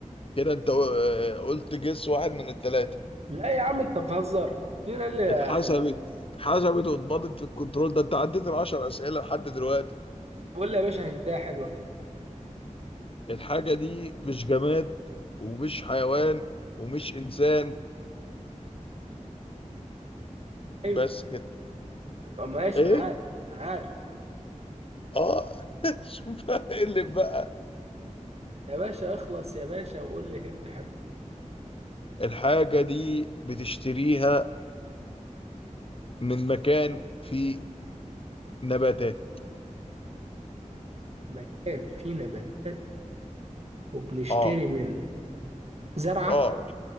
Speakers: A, on the left; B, on the right.
A: كده انت آه، قلت جس واحد من الثلاثه
B: لا يا عم انت بتهزر فين اللي
A: اتحسبت
B: اخمنه
A: اتحسبت واتبضت في الكنترول ده انت عديت العشر اسئله لحد دلوقتي
B: بقول لي يا باشا هنتايه حلوه كده
A: الحاجه دي مش جماد ومش حيوان ومش انسان
B: ايوه
A: بس كده
B: ماشي
A: ايه
B: من عارف من عارف
A: اه <laughs> شوف ايه اللي بقى
B: يا باشا اخلص يا باشا وقول لي هنت حلو
A: الحاجه دي بتشتريها من مكان فيه نباتات
B: مكان فيه نباتات وبنشتري
A: اه
B: منه زرعه
A: اه